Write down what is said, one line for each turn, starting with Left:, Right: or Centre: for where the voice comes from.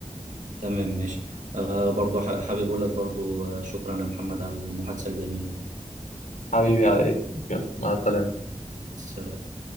Right: تمام ماشي آه برضو ح- حابب اقول لك برضو آه، شكرا يا محمد على المحادثة الجميلة
Left: حبيبي على ايه يلا مع السلامه
Right: سلام